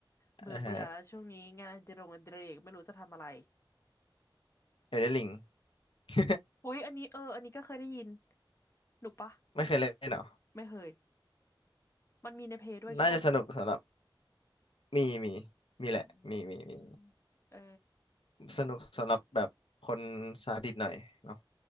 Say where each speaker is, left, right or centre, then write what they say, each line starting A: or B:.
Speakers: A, on the left (about 30°); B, on the left (about 85°).
A: เบื่อเบื่อแล้วช่วงนี้งานอดิเรกอดิเรกไม่รู้จะทำอะไร
B: อ่าฮะ Elden Ring <laughs>
A: อุ้ยอันนี้เอออันนี้ก็เคยได้ยินหนุกปะ
B: ไม่เคยเล่นเหรอ
A: ไม่เคยมันมีในเพย์ด้วยใช่ปะ
B: น่าจะสนุกสำหรับมีมีมีแหละมีมีมี
A: อืมเออ
B: สนุกสำหรับแบบคนซาดิสหน่อยเนาะ